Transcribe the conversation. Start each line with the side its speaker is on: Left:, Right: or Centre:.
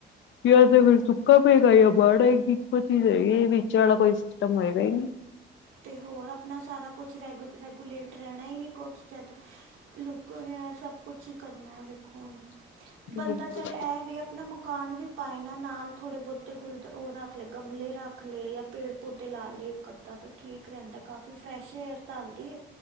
Left: ਯਾ ਤਾਂ ਫਿਰ ਸੁੱਕਾ ਪਏਗਾ ਯਾ ਬਾੜ ਆਏਗੀ ਇੱਕੋ ਚੀਜ਼ ਹੈਗੀ ਵਿਚ ਵਾਲਾ ਕੋਈ ਸਿਸਟਮ ਹੋਏਗਾ ਈ ਨੀ
Right: ਤੇ ਹੋਰ ਅਪਣਾ ਸਾਰਾ ਕੁਛ ਰੈਗੂ ਰੈਗੂਲੇਟ ਰੇਣਾ ਈ ਨੀ ਕੁਛ ਜਦ। ਲੋਕਾਂ ਨੇ ਏ ਸਭ ਕੁਛ ਈ ਕਰਨੇ ਵੇਖੋ ਹੁਣ ਬੰਦਾ
Left: ਬਿਲਕੁਲ
Right: ਚੱਲ ਏ ਵੇ। ਮਕਾਨ ਵੀ ਪਾਏ ਨਾ ਨਾਲ ਥੋੜੇ ਬੋਤੇ ਗੁਲਦ ਓ ਰਾਖ ਲਏ ਗਮਲੇ ਰਾਖ ਲਏ ਯਾ ਪੇੜ ਪੌਦੇ ਲਾ ਲਏ ਇੱਕ ਅੱਧਾ ਤੇ। ਠੀਕ ਰੇਂਦੇ ਕਾਫੀ ਫਰੈਸ਼ ਏਅਰ ਤਾਂ ਆਂਦੀ ਏ